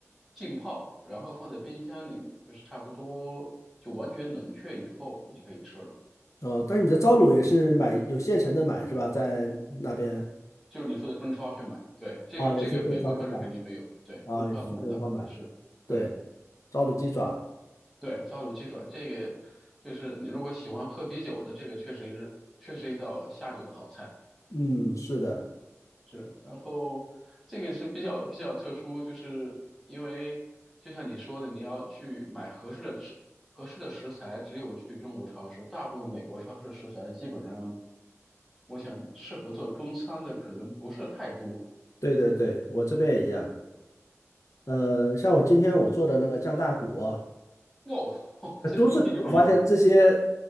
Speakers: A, in the centre; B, on the left (about 75°).
A: 浸泡，然后放在冰箱里面，就是差不多就完全冷却以后，你就可以吃了。
B: 哦，但是你的糟卤也是买有现成的买是吧？在那边
A: 就是你说的中超去买，对，这个这个美国超市肯定没有，
B: 啊，也是中超是吧？
A: 对，
B: 啊，
A: 中超能买到，
B: 也是去中超买。
A: 是，
B: 对，
A: 对。
B: 糟卤鸡爪，
A: 对，烧酒鸡爪这个就是你如果喜欢喝啤酒的，这个确实是确实一道下酒的好菜。
B: 嗯，是的，
A: 是，然后这个是比较比较特殊，就是因为就像你说的，你要去买合适的食合适的食材，只有去中国超市，大部分美国超市的食材基本上，我想适合做中餐的可能不是太多。
B: 对对对，我这边也一样。呃，像我今天我做的那个酱大骨啊
A: 哇哦，<laughs>
B: 呃都是我发现这些
A: 这个一定有诱人